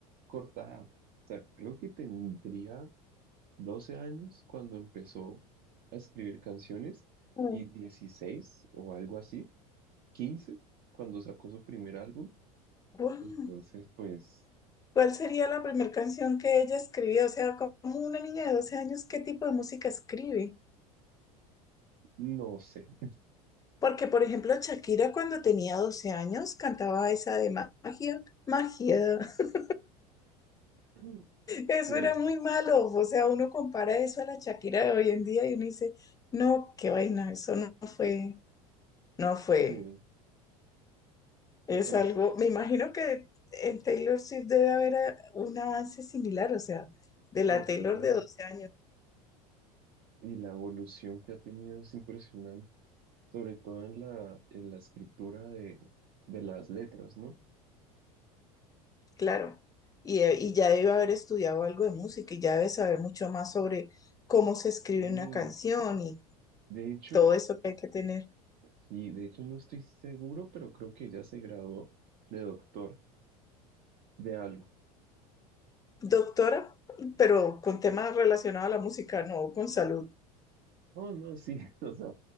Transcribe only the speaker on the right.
corta edad. O sea, creo que tendría 12 años cuando empezó a escribir canciones
y 16 o algo así, 15 cuando sacó su primer álbum.
Entonces, pues,
no sé.
<laughs>
Sí,
sí,
pues
sí.
No,
claro.
Y la evolución que ha tenido es impresionante, sobre todo en la, en la escritura de, de las letras, ¿no?
Mm,
de hecho,
sí, de hecho no estoy seguro, pero creo que ya se graduó de doctor de algo.
Oh, no, sí, <laughs> o sea,